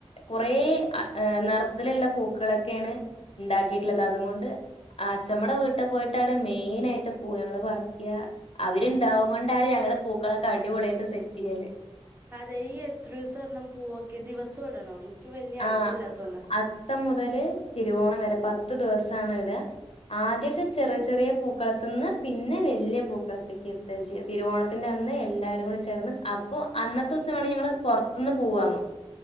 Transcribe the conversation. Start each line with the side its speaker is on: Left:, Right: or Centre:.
Left: കുറേ നിറത്തിലുള്ള പൂക്ക പൂക്കളൊക്കെണ് ഇ ണ്ടാക്കിയിട്ടുള്ളത്. അതുകൊണ്ട് അച്മ്മടെ വീട്ട് പോയിട്ടാണ്. മെയിൻ ആയിട്ട് പൂയങ്ങള് പറിക്ക. അവര്ണ്ടാവു കൊണ്ടാണ്. ഞങ്ങളുടെ പൂക്കളൊക്കെ. അടിപൊളിയിട്ട് സെറ്റ് ചെയ്യല്.
Right: അതെ ഈ എത്രു സടണം പൂവൊക്കെ ദിവസം ഇടണോ? വലിയ
Left: ആ
Right: ഐഡിയ ഇല്ലാത്തോണ്ടാ
Left: അത്തം മുതല് തിരുവോണം വരെ. പത്ത് ദിവസാണ് ഇട ആദ്യൊക്കെ ചെറി ചെറിയ പൂക്കളത്തുന്ന് പിന്നെ വല്യ പൂക്കളത്തേക്ക് എത്ത ചെയ്യ തിരുവോണത്തിന്റെ അന്ന് എല്ലാരും കൂടി ചേർന്ന് അപ്പൊ അന്നത്തെ ദിവസം വാണങ്കി ഞങ്ങള് പുറത്തുന്ന് പൂവ്ങ്ങും.